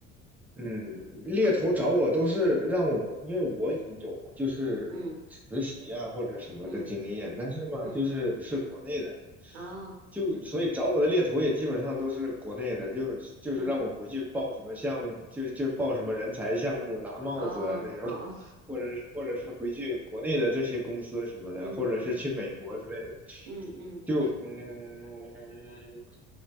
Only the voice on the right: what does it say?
嗯
嗯嗯
嗯，
哦，
嗯
哦哦哦。
嗯
嗯嗯嗯